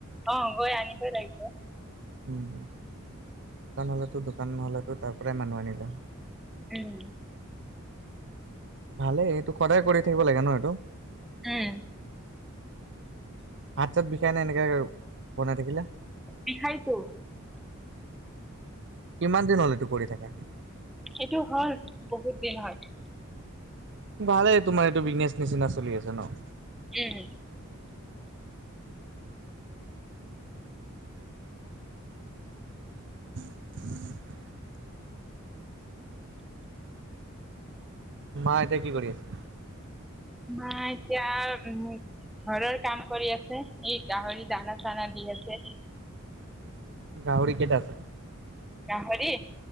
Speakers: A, in the centre; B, on the right (about 60°).
A: অঁ গৈ আনিবৈ লাগিব।
B: উম দোকান হলেতো দোকানহলেতো তাৰ পৰাই মানুহ আনিলে হয়।
A: উম
B: ভালে এইটো সদায় কৰি থাকিব লাগে ন এইটো।
A: উম
B: হাত চাত বিষাই নাই এনেকৈ আৰু বনাই থাকিলে।
A: বিষায় টো-
B: কিমান দিন হল এইটো কৰি থাকা।
A: এইটো হল বহুত দিন হয়।
B: ভালেই তোমাৰ এইটো বিজনেচ নিচিনা চলি আছে ন।
A: উম
B: <inaudible> মা এতিয়া কি কৰি আছে।
A: মা এতিয়া উম ঘৰৰ কাম কৰি আছে ই গাহৰি দানা চানা দি আছে।
B: গাহৰি কেইটা আছে।
A: গাহৰি